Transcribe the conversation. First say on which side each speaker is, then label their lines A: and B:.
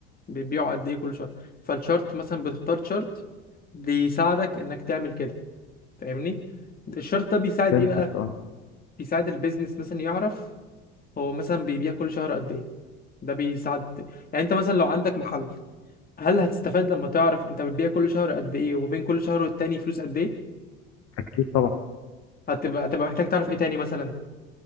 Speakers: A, on the left; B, on the left.
A: بنبيعوا قد ايه كل شهر فالشارت مثلا بتختار شارت بيساعدك انك تعمل كده فاهمني الشارت ده بيساعد
B: فهمتك
A: ايه بقى
B: اه
A: بيساعد البيزنس مثلا يعرف هو مثلا بيبيع كل شهر قد ايه ده بيساعد يعني انت مثلا لو عندك محل هل هتستفاد لما تعرف انت بتبيع كل شهر قد ايه وما بين كل شهر والتاني فلوس قد ايه
B: اكيد طبعا
A: هتبقى هتبقى محتاج تعرف ايه تاني مثلا